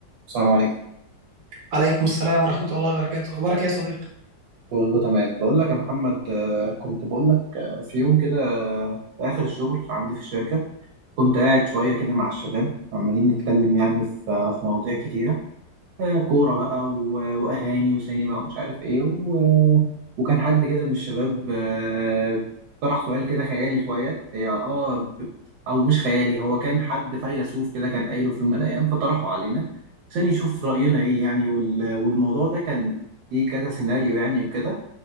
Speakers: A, on the right; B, on the right.
A: السلام عليكم
B: عليكم السلام ورحمة الله وبركاته أخبارك يا صديقي؟
A: والله تمام بقول لك يا محمد آه، كنت بقول لك آه، في يوم كده آه، في آخر الشغل عندي في الشركة كنت قاعد شوية كده مع الشباب عمالين نتكلم يعني في آه، في مواضيع كتيرة آه، كورة بقى و- وأغاني وسينما ومش عارف إيه و... وكان حد كده من الشباب آه، طرح سؤال كده خيالي شوية هي آه ب... أو مش خيالي هو كان حد فيلسوف كده كان قايله في يوم من الأيام فطرحه علينا عشان يشوف رأينا إيه يعني وال... والموضوع ده كان ليه كذا سيناريو يعني وكده